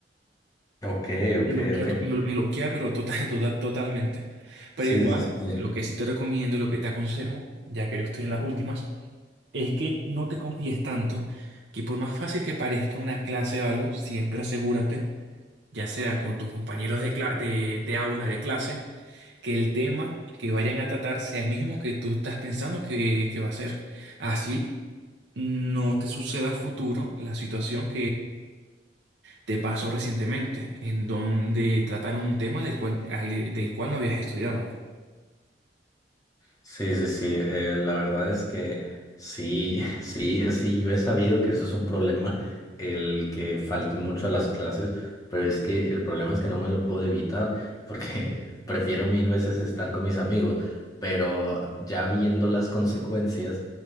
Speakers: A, on the left; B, on the right.
A: Ok, ok,
B: Me bloquea,
A: ok.
B: to- me blo- me bloquea, pero total, total, <laughs> totalmente. Pero
A: Sí,
B: igual,
A: sí, sí.
B: lo que sí te recomiendo y lo que te aconsejo, ya que yo estoy en las últimas, es que no te confíes tanto, que por más fácil que parezca una clase o algo, siempre asegúrate, ya sea con tus compañeros de, cla- de, de aula, de clase, que el tema que vayan a tratar sea el mismo que tú estás pensando que, que va a ser. Así no te suceda a futuro la situación te pasó recientemente, en donde trataron un tema del cual, al- del cual no habías estudiado.
A: Sí, sí, sí. eh, la verdad es que sí, <laughs> sí, sí, yo he sabido que eso es un problema, el que falte mucho a las clases, pero es que el problema es que no me lo puedo evitar, porque <laughs> prefiero mil veces estar con mis amigos, pero ya viendo las consecuencias,